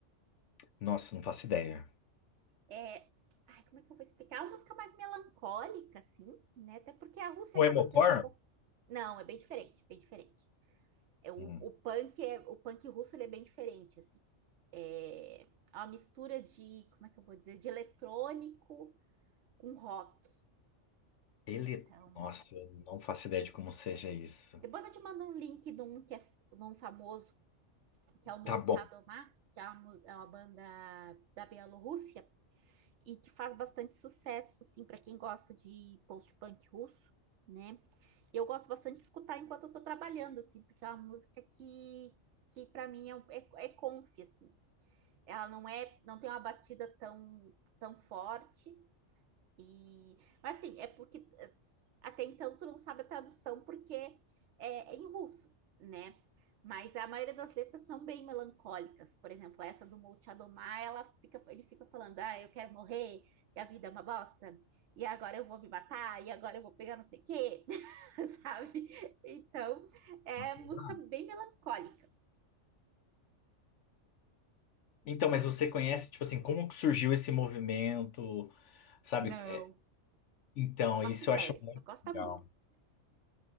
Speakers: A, on the left (about 70°); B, on the right (about 70°).
A: Nossa, não faço ideia.
B: é, ai, como é que eu vou explicar? É uma música mais melancólica, assim, né? Até porque a Rússia
A: O
B: acaba
A: Emocor?
B: sendo um pouco. Não, é bem diferente, bem diferente. É, o,
A: Hum,
B: o punk é, o punk russo ele é bem diferente, assim. É é uma mistura de, como é que eu vou dizer, de eletrônico com rock.
A: Ele.
B: Então,
A: Nossa, eu não faço ideia de como seja isso.
B: depois eu te mando um link de um que é de um famoso, que é o Molchat
A: Tá bom.
B: Doma, que é uma, é uma banda da Bielorrússia, e que faz bastante sucesso, assim, para quem gosta de post-punk russo, né? eu gosto bastante de escutar enquanto eu tô trabalhando, assim, porque é uma música que, que para mim é, um- é, é comfy, assim. Ela não é, não tem uma batida tão, tão forte. E, mas assim, é porque até então, tu não sabe a tradução porque é, é em russo, né? Mas a maioria das letras são bem melancólicas. Por exemplo, essa do Multi Adomar, ela fica, ele fica falando: ah, eu quero morrer, e a vida é uma bosta, e agora eu vou me matar, e agora eu vou pegar não sei o quê, <laughs> sabe? Então, é
A: Mas pesado.
B: música bem melancólica.
A: Então, mas você conhece, tipo assim, como que surgiu esse movimento, sabe?
B: Não,
A: É, então,
B: não faço
A: isso
B: ideia,
A: eu acho muito
B: só gosto
A: legal.
B: da música.